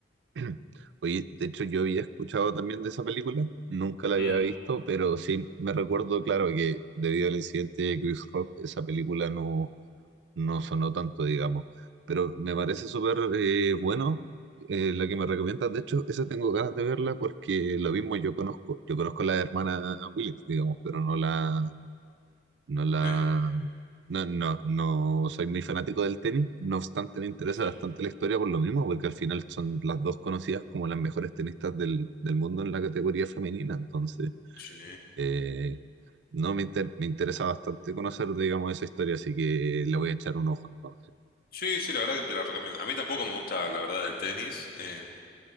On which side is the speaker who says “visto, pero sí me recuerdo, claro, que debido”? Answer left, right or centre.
Right